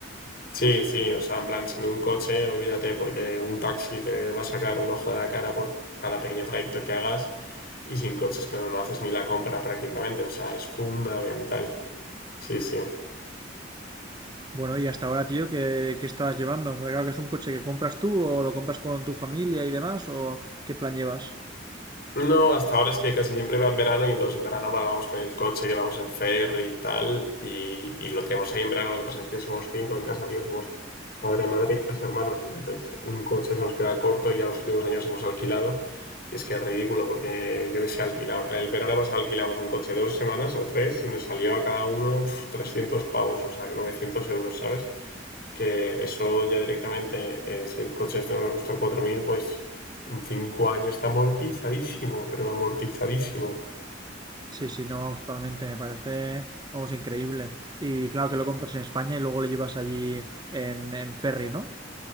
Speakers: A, on the left; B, on the right.
A: Sí, sí, o sea, en plan, sin un coche, olvídate, porque un taxi te va a sacar un ojo de la cara por cada pequeño trayecto que hagas, y sin coches, que no, no haces ni la compra prácticamente, o sea, es fundamental. Sí, sí.
B: Bueno, y hasta ahora, tío, ¿qué, qué estabas llevando? Porque claro que es un coche que compras tú o lo compras con tu familia y demás, o qué plan llevas.
A: No, hasta ahora es que casi siempre va en verano y entonces en verano vamos con el coche que vamos en ferry y tal y, y lo tenemos ahí en verano. Lo que pasa es que somos cinco en casa, tío, somos padre, madre y tres hermanos, entonces un coche se nos queda corto y ya los últimos años hemos alquilado y es que es ridículo porque yo que sé, alquila- el verano pasado alquilamos un coche dos semanas o tres y nos salió a cada uno pf, 300 pavos, o sea, 900 euros, ¿sabes? que eso ya directamente, eh, si el coche este nos va a costar cuatro mil pues en 5 años está amortizadísimo, pero amortizadísimo.
B: Sí, sí, no, vamos, totalmente, me parece, vamos, increíble. Y claro que lo compras en España y luego lo llevas allí en, en ferry, ¿no?